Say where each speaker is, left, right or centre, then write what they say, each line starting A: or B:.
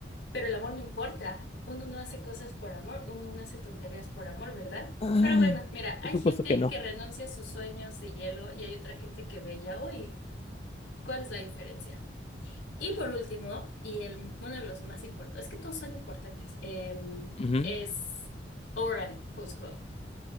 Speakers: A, on the left (about 85°); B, on the left (about 35°).
A: Pero el amor no importa. Uno no hace cosas por amor, uno no hace tonterías por amor, ¿verdad?
B: ah,
A: Pero bueno, mira, hay
B: por supuesto
A: gente
B: que no.
A: que renuncia a sus sueños de hielo y hay otra gente que bella hoy. ¿Cuál es la diferencia? Y por último, y el, uno de los más importantes, es que todos son importantes, em,
B: Ujú.
A: es Oren Who's Club.